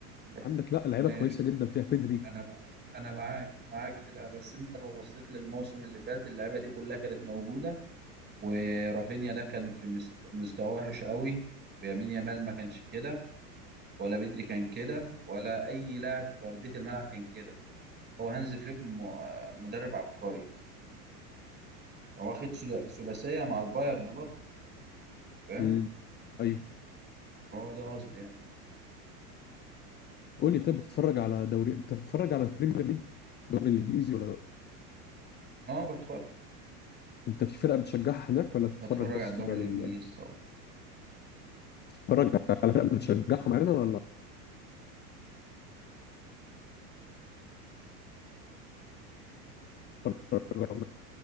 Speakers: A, on the right; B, on the left.
A: ده.
B: عندك لا لعيبة
A: ماشي
B: كويسة جدا فيها بيدري
A: أنا أنا معاك معاك في ده بس أنت لو بصيت للموسم اللي فات اللعيبة دي كلها كانت موجودة ورافينيا ده كان في مست- مستوى وحش قوي ويمين يامال ما كانش كده ولا بدري كان كده ولا اي لاعب في ارضيه الملعب كان كده هو هانز فليك م- آه، مدرب عبقري هو واخد سدا- ثلاثيه مع البايرن برضه فاهم
B: امم ايوه
A: هو ده قصدي يعني
B: قول لي طيب بتتفرج على دوري بتتفرج على البريمير ليج الدوري الانجليزي ولا لا
A: إن هو بتفرج
B: انت في فرقة بتشجعها هناك ولا بتتفرج
A: بتفرج
B: بس
A: على الدوري
B: على
A: الانجليزي
B: ال-
A: طبعا
B: بتتفرج على فرقة بتشجعها معانا ولا بتتفرج على-